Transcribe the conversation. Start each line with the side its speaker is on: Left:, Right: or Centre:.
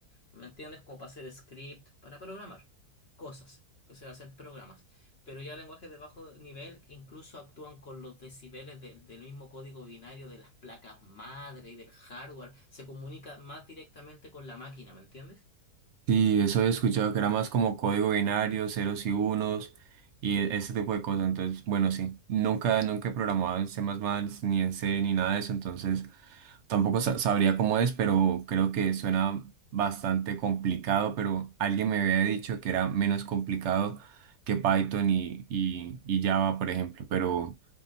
Left: ¿Me entiendes? Como para hacer script, para programar cosas, que sea, hacer programas. Pero ya lenguajes de bajo nivel incluso actúan con los decibeles del del mismo código binario de las placas madre y del hardware. Se comunica más directamente con la máquina, ¿me entiendes?
Right: Sí, eso he escuchado que era más como código binario, ceros y unos y e- ese tipo de cosas. Entonces, bueno, sí, nunca, nunca he programado en C++, ni en C, ni nada de eso. Entonces, tampoco sa- sabría cómo es, pero creo que suena bastante complicado. Pero alguien me había dicho que era menos complicado que Python y, y, y Java, por ejemplo. Pero,